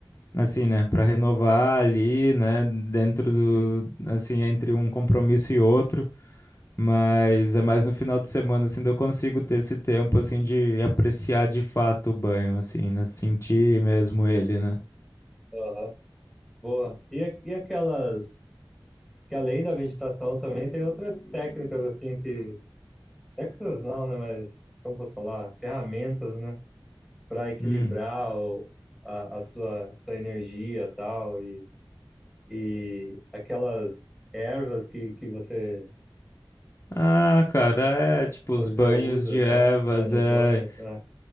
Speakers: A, on the left; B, in the centre.
A: assim, né, pra renovar ali, né, dentro do,
B: Sim.
A: assim, entre um compromisso e outro. Mas é mais no final de semana, assim, que eu consigo ter esse tempo, assim, de apreciar de fato o banho, assim, né, sentir mesmo ele, né.
B: Aham. Boa. E, a- e aquelas, que além da meditação também tem outras técnicas, assim, que, técnicas não, né? Mas, como posso falar? Ferramentas, né? Pra equilibrar
A: Hum.
B: o, a, a sua, sua energia e tal, e, e aquelas ervas que, que você
A: Ah, cara, é, tipo, os
B: fazer
A: banhos
B: uso
A: de
B: e tal,
A: ervas,
B: é, no
A: é...
B: banho, sabe?